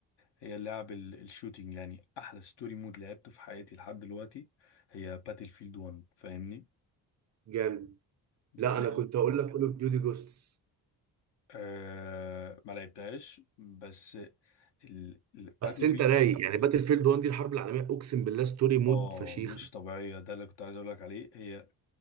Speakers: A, on the left (about 75°); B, on the right (about 40°).
A: هي اللعب ال- الشوتينج يعني احلى ستوري مود لعبته في حياتي لحد دلوقتي هي باتل فيلد 1 فاهمني
B: جامد
A: دي
B: لا
A: كان
B: انا كنت هقول لك كول اوف ديوتي جوستس
A: آه ما لعبتهاش بس الباتل
B: بس انت
A: فيلد
B: رايق يعني باتل فيلد 1 دي الحرب العالميه اقسم بالله ستوري مود
A: اه
B: فشيخه
A: مش طبيعيه ده اللي كنت عايز اقول لك عليه هي